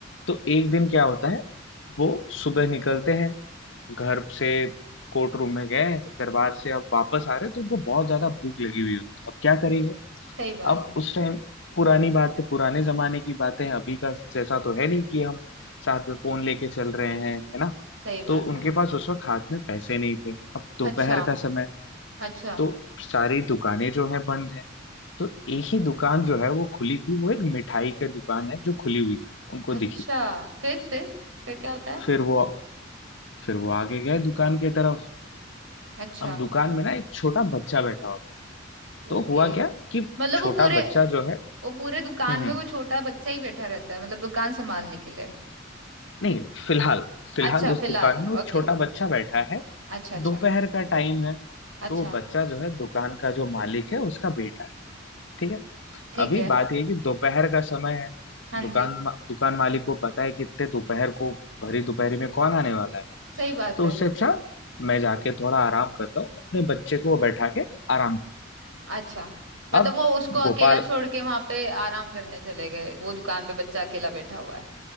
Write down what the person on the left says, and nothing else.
तो एक दिन क्या होता है वो सुबह निकलते हैं घर से कोर्ट रूम में गए दरबार से अब वापस आ रहे तो उनको बहुत ज्यादा भूख लगी हुई होती है अब क्या करेंगे
अब
उस टाइम पुरानी बातें पुराने जमाने की बातें हैं, अभी का जैसा तो है नहीं कि हम साथ में फोन लेके चल रहे हैं है ना
तो उनके
पास उस वक्त हाथ में पैसे नहीं थे अब
दोपहर का समय
तो सारी दुकानें जो है बंद है तो एक ही दुकान जो है वो खुली थी वो एक मिठाई की दुकान है जो खुली हुई थी उनको
दिखी
फिर वो फिर वो आगे गए दुकान की तरफ
अब दुकान में ना एक छोटा बच्चा बैठा हुआ तो
हुआ क्या कि
छोटा
बच्चा जो है
हम्म
हम्म,
नहीं फिलहाल फिलहाल
उस
दुकान में वो
छोटा बच्चा बैठा है
दोपहर का टाइम है
तो वो बच्चा जो है दुकान का जो मालिक है उसका बेटा है ठीक है
अभी
बात ये है कि दोपहर का समय है
दुकान
मा- दुकान मालिक को पता है कि इतने दोपहर को भरी दोपहरी में कौन आने वाला है
तो
उससे अच्छा मैं जाके थोड़ा आराम करता हूँ अपने बच्चे को बैठा के आराम कर
अब
गोपाल